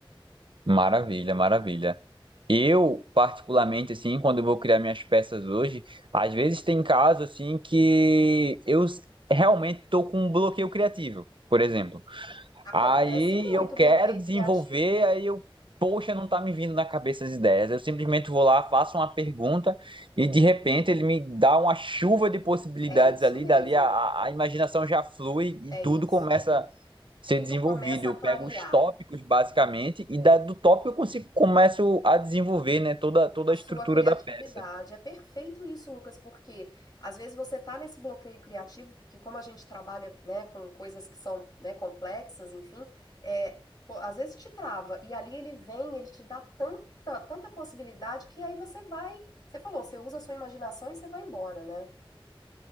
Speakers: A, on the right; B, on the left.
A: Maravilha, maravilha. Eu particularmente assim, quando eu vou criar minhas peças hoje, às vezes tem casos assim que eu s- realmente estou com um bloqueio criativo, por exemplo.
B: Acontece
A: Aí
B: muito
A: eu quero
B: bloqueio
A: desenvolver,
B: criativo.
A: aí eu, poxa, não tá me vindo na cabeça as ideias. Eu simplesmente vou lá, faço uma pergunta e de repente ele me dá uma chuva de possibilidades
B: É isso
A: ali,
B: mesmo.
A: dali a, a a imaginação já flui e
B: É isso.
A: tudo começa a ser
B: Tudo
A: desenvolvido.
B: começa
A: Eu
B: a clarear.
A: pego os tópicos basicamente e da, do tópico eu consigo, começo a desenvolver, né, toda, toda
B: A
A: a
B: sua
A: estrutura
B: criatividade.
A: da peça.
B: É perfeito isso, Lucas, porque às vezes você tá nesse bloqueio criativo, porque como a gente trabalha, né, com coisas que são, né, complexas, enfim, é, pô, às vezes te trava e ali ele vem, ele te dá tanta, tanta possibilidade que aí você vai, você falou, você usa a sua imaginação e você vai embora, né?